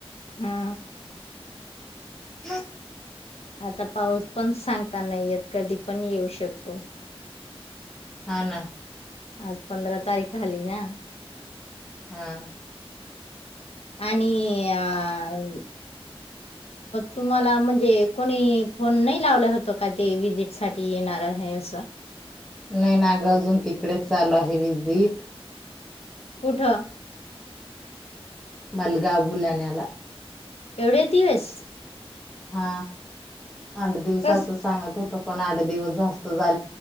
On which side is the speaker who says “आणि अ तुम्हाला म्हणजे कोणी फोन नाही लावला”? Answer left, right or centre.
Left